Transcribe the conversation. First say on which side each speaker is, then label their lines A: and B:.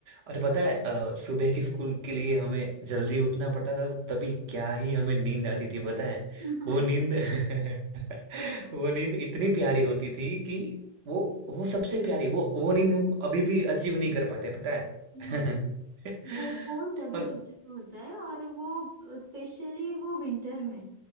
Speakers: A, on the right; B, on the right.
A: और पता है अ, सुबह की स्कूल के लिए हमें जल्दी उठना पड़ता था तो तभी क्या ही हमें नींद आती थी पता है
B: <laughs>
A: वो नींद <laughs>
B: हाँ
A: वो नींद इतनी प्यारी होती थी कि वो वो सबसे प्यारी वो वो नींद हम अभी भी अचीव नहीं कर पाते पता
B: हाँ
A: है <laughs>
B: वो वो सभी
A: पर
B: बच्चों को होता है और वो स्पेशली वो विंटर में